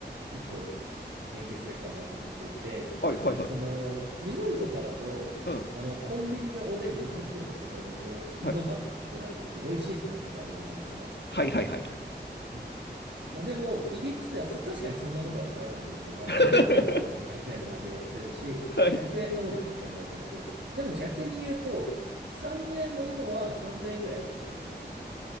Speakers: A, on the right; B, on the left.
A: 一個言及すべきかなと思っていて、
B: はい、はい、はい、
A: その、日本とかだと、
B: うん、
A: あの、コンビニのおでん200円とかでも、うまっってなるとき、
B: はい、
A: 美味しいってなるときあるじゃないですか。
B: はい、はい、はい、はい。
A: うん。まあでも、イギリスではそ、確かにそんなことは起こらないんですよ。あの、
B: <laughs>
A: 200円のものは200円の味がするし、
B: はい、
A: 100円のものは100円の味がする。でも逆に言うと、3000円のものは3000円ぐらい美味しいんですよね。